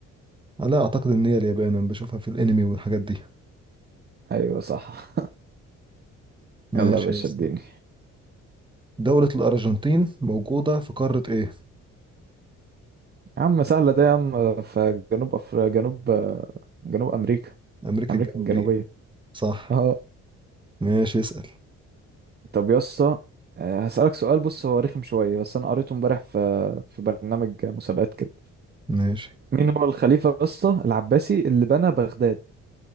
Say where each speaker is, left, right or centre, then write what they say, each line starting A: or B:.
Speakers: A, on the right; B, on the right.
A: لا أعتقد إن هي اليابان أنا بشوفها في الأنمي والحاجات دي
B: ايوه صح
A: ماشي
B: <laughs> يلا يا باشا
A: يا اسطى
B: اديني
A: دولة الأرجنتين موجودة في قارة إيه؟
B: يا عم سهلة ده يا عم في جنوب أفر... جنوب جنوب أمريكا
A: أمريكا
B: أمريكا
A: الجنوبية
B: الجنوبية
A: صح
B: اه
A: ماشي اسأل
B: طب يا اسطى آه، هسألك سؤال بص هو رخم شوية بس أنا قريته امبارح في في برنامج مسابقات كده
A: ماشي
B: مين هو الخليفة يا اسطى العباسي اللي بنى بغداد